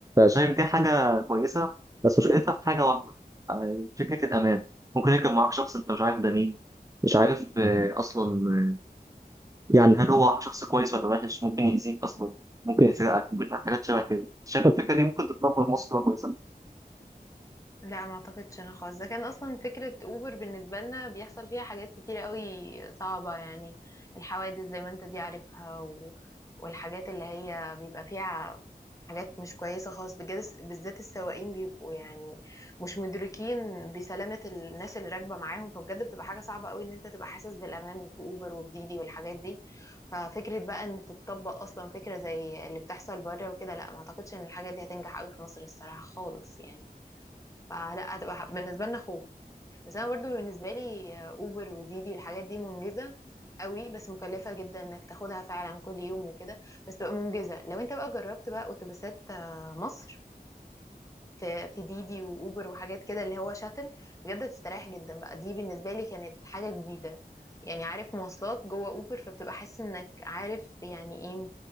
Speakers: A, on the right; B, on the left.
A: شايف دي حاجه كويسه بس مشكلتها في حاجه واحده آه، فكره الامان ممكن يركب معاك شخص انت مش عارف ده مين مش عارف آه، اصلا آه، يعني هل هو شخص كويس ولا وحش ممكن يأذيك اصلا ممكن يسرقك ممكن حاجات شبه كده شايف الفكره دي ممكن تتطبق في مصر تبقى كويسه
B: لا ما اعتقدش انا خالص ده كان اصلا فكرة اوبر بالنسبة لنا بيحصل فيها حاجات كتيرة قوي صعبة يعني الحوادث زي ما انت دي عارفها و... والحاجات اللي هي بيبقى فيها حاجات مش كويسة خالص بجد بالذات السواقين بيبقوا يعني مش مدركين بسلامة الناس اللي راكبة معاهم فبجد بتبقى حاجة صعبة قوي ان انت تبقى حاسس بالامان في اوبر وفي ديدي والحاجات دي ففكرة بقى ان تتطبق اصلا فكرة زي اللي بتحصل بره وكده لا ما اعتقدش ان الحاجات دي هتنجح قوي في مصر الصراحة خالص يعني فلا هتبقى ح- بالنسبه لنا خوف بس انا برضو بالنسبه لي آه، اوبر وديدي والحاجات دي منجزه قوي بس مكلفه جدا انك تاخدها فعلا كل يوم وكده بس تبقى منجزه لو انت بقى جربت بقى اتوبيسات آه، مصر في في ديدي واوبر وحاجات كده اللي هو شاتل بجد بتستريح جدا بقى دي بالنسبه لي كانت حاجه جديده يعني عارف مواصلات جوه اوبر فبتبقى حاسس انك عارف يعني ايه